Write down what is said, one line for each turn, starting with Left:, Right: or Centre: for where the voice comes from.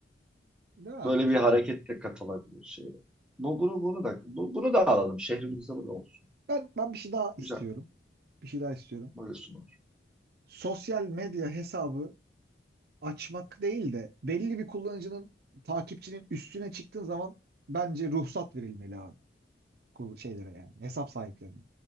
Right: Ya,
Centre: Böyle
Right: güzel.
Centre: bir harekette katılabilir şehre. Bu, bunu, bunu da, bu- bunu da alalım. Şehrimizde bu da olsun.
Right: Ben, ben bir şey daha istiyorum.
Centre: Güzel.
Right: Bir şey daha istiyorum.
Centre: Buyursun.
Right: Sosyal medya hesabı açmak değil de belli bir kullanıcının takipçinin üstüne çıktığın zaman bence ruhsat verilmeli abi Kul- şeylere yani hesap sahiplerine.